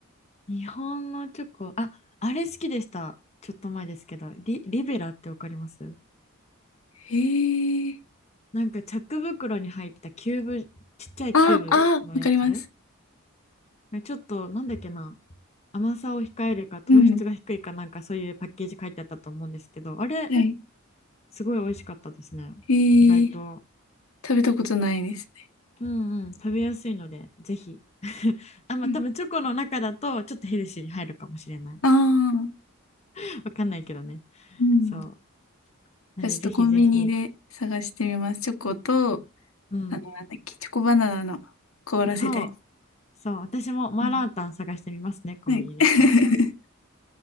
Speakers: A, on the left; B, on the left.
A: 日本のチョコ、あ、あれ好きでした。ちょっと前ですけど、リ、リベラってわかります
B: へえ。
A: なんかチャック袋に入ったキューブ、ちっちゃいキューブのやつ。
B: あ、あ、わかります。
A: ねちょっと、なんだっけな、甘さを控えるか糖質が低いかなんかそういうパッケージ書いてあったと思うんですけど、
B: うん。
A: あれ、
B: はい。
A: すごい美味しかったですね。
B: へえ。
A: 意外と。
B: 食べたことないですね。
A: うんうん、食べやすいので、ぜひ。<laughs> あ、まあ多分チョコの中だとちょっとヘルシーに入るかもしれない。
B: うん。ああ。
A: <laughs> わかんないけどね。
B: うん。
A: そう。なんで、
B: じゃあちょっとコンビニで探してみます。
A: ぜひぜひ。
B: チョコと、
A: うん。
B: あの、なんだっけ、チョコバナナの凍らせたやつ。
A: そう。そう、私もマーラータン探してみますね、
B: うん。
A: コンビニで。
B: はい。<laughs>
A: じゃあ。